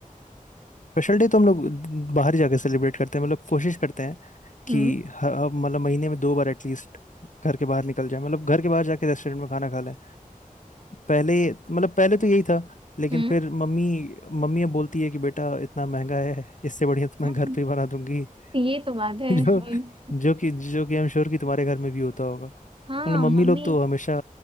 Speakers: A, on the left; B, on the right.
A: स्पेशल डे तो हम लोग बाहर ही जाके सेलिब्रेट करते हैं मतलब कोशिश करते हैं कि
B: हम्म
A: ह- हम- मतलब महीने में दो बार एटलीस्ट घर के बाहर निकल जाए मतलब घर के बाहर जाके रेस्टोरेंट में खाना खा लें पहले मतलब पहले तो यही था लेकिन
B: हम्म
A: फिर मम्मी मम्मी अब बोलती है कि बेटा इतना महंगा है इससे बढ़िया तो
B: हाँ,
A: मैं घर पे ही बना दूंगी
B: ये तो बात
A: <laughs>
B: है
A: जो
B: हम्म,
A: जो कि जो कि आई एम श्योर कि तुम्हारे घर में भी होता होगा मतलब
B: हाँ
A: मम्मी
B: मम्मी
A: लोग तो हमेशा